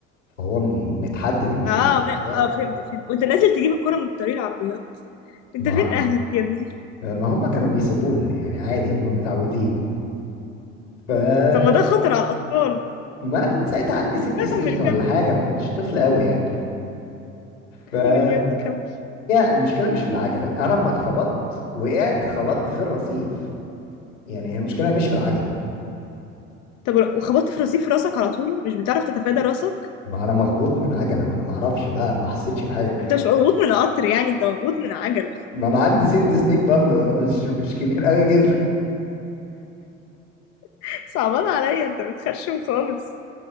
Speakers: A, on the left (about 75°); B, on the left (about 45°).
A: فهو م- متحدد المفروض
B: اه
A: تمشي
B: ما اه
A: ازاي
B: فهمت فهمت وانت نازل تجيب الكره من طريق العربيات انت
A: ما
B: فين اهلك يا ابني
A: ما هم كانوا بيسيبونا يعني عادي هم متعودين ف
B: طب ما ده خطر على الاطفال
A: ما انا كنت ساعتها عندي ست سنين
B: كمل كمل
A: ولا حاجه ما كنتش طفل قوي يعني فهي
B: كمل يا ابني كمل
A: المشكله مش في العجله انا لما اتخبطت وقعت خبطت في الرصيف يعني هي المشكله مش في العجله
B: طب وخبطت في رصيف راسك على طول مش بتعرف تتفادى راسك
A: ما انا مخبوط من عجله ما انا ما اعرفش بقى انا ما حسيتش بحاجه
B: انت مش مضغوط من قطر يعني انت مضغوط من عجلة
A: ما انا عندي ست سنين برضه وانا مش مش كبير قوي كده
B: <laughs> صعبان عليا انت بتخرشم خالص